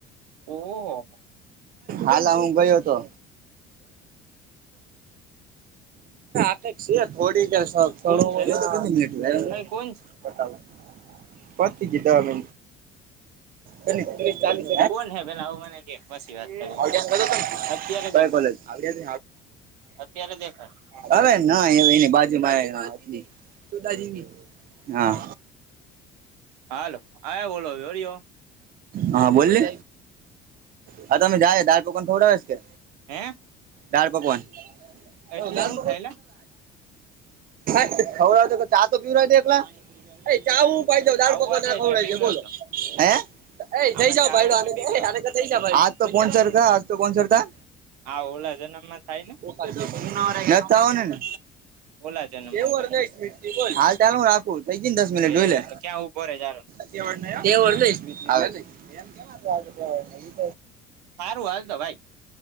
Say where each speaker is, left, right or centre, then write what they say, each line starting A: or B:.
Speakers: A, on the right; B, on the right.
A: ઓહો
B: હાલ હું ગયો હતો. <inaudible> થોડી <unintelligible>
A: કોણ છે
B: મિટ
A: લા
B: લ
A: અ કોણ
B: બ પતિ જ દ મિ તસ ચાલીસ
A: કોણ હે પેલા આવું મને કે પછી વાત કરી
B: <unintelligible>
A: અત્યારે
B: કઈ
A: દેખાય
B: કોલેજ? આવડ
A: અત્યારે દેખાય
B: હવે ના બાજુમાં <unintelligible> શતાજી હા.
A: હાલો હા <unintelligible> બોલો હળ્યો.
B: હા બોલલી, હા તમે જાય દાળ પકવન ખવડાવ કે?
A: હે?
B: દાળ પકવાન, દળ
A: એટલે હું થાયલા
B: પક હવતો ચા તો પીવર એકલા. અરે ચાું પજ દાળ
A: આવવા
B: પકવાન
A: દે
B: દખવડા
A: એટલે પીવરાવતો
B: છે બોલો, હ? એ
A: આમાંથી
B: થઈ જાવ
A: આવે
B: ભાઈડ
A: એટલે પીવરાવું
B: થઈ જ આજ તો કોણ સરખા આજ તો કોણ સરતા
A: આ ઓલા જન્મમાં થાય ને
B: <unintelligible> તા હો નેને.
A: ઓલા જન્મમાં
B: એવું
A: ઓલા જન્મ
B: હાલ ચાલ હ રાખું થઈ જય ને દસ મિનિટ
A: એ
B: જોઈ લે.
A: ક્યાં ઉભો રે જારો
B: કે <unintelligible>
A: સારું હાલ તો ભાઈ.